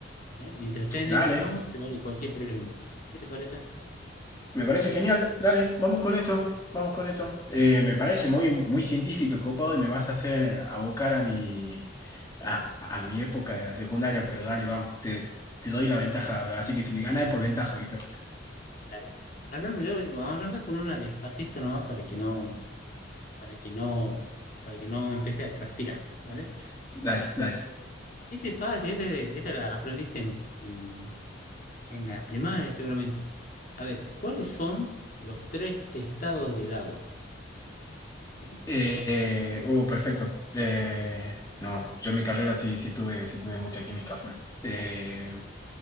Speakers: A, on the left (about 40°); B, on the left (about 20°).
A: ¿eh? Mientras esté en
B: dale.
A: ese ramo, se vale cualquier pregunta. ¿Qué te parece?
B: Me parece genial. Dale, vamos con eso. Vamos con eso.
A: Dale,
B: Eh, me parece muy, muy científico y copado y me vas a hacer abocar a mi, a mi época de la secundaria, pero dale, vamos. Te, te doy la ventaja. Así que si me ganas
A: bueno,
B: es por ventaja, Víctor.
A: dale. Arranco yo, vamos a arrancar con una despacito nomás para que no, para que no, para que no empecé a transpirar, ¿vale? Bueno.
B: Dale, dale.
A: Este es fácil, este, de- esta la aprendiste en, en, en la primaria seguramente. A ver, ¿cuáles son los tres estados del agua? ¿Sí?
B: Eh,
A: ¿Te acuerdas?
B: oh, perfecto. Eh, no, yo en mi carrera sí, sí tuve, sí tuve mucha química full. Eh,